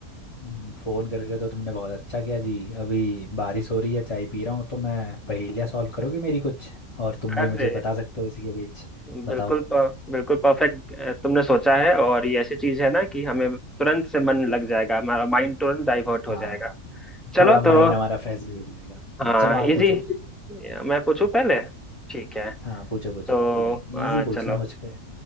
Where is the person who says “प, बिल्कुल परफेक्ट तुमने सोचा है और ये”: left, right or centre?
Centre